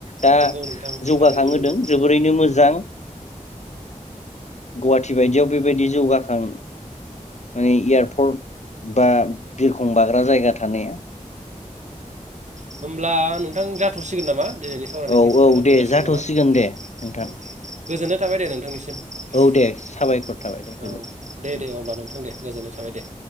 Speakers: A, on the left; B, on the right.
A: दा
B: नंगौ नोंथां
A: जौगाखांहोदों
B: थारैनो नंगौ
A: जोबोरैनो मोजां जां गुवाहाटि बायदियाव बेबायदि जौगाखां ओ एयारपर्ट बा बिरखं बाग्रा जायगा थानाया
B: होमब्ला नोंथां जाथ'सिगोन नामा? दिनैनि सावरायनायखौ
A: औ
B: एसे
A: औ
B: इदाव दोनथ
A: दे
B: जासिगोन
A: जाथ'सिगोन
B: नामा
A: दे नोंथां
B: <inaudible> गोजोननाय थाबाय दे नोंथांनिसिम
A: औ दे साबायखर
B: <inaudible>
A: थाबाय दे गोजोन
B: औ दे
A: उम
B: दे अब्ला नोंथां दे गोजोननाय थाबाय दे।